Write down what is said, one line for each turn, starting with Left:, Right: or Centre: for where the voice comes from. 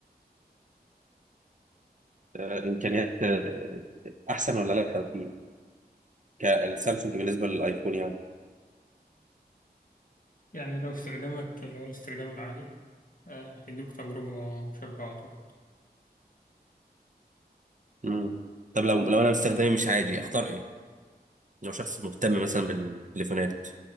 Right: آه، إمكانيات، آه، احسن ولا لا توفيق كالسامسونج بالنسبه للايفون يعني
Left: يعني لو استخدامك اللي هو الاستخدام العادي آه، هيدوك تجربة مشابهة أعتقد
Right: امم طب لو لو انا مستخدمي مش عادي اختار ايه لو شخص مهتم مثلا بالتليفونات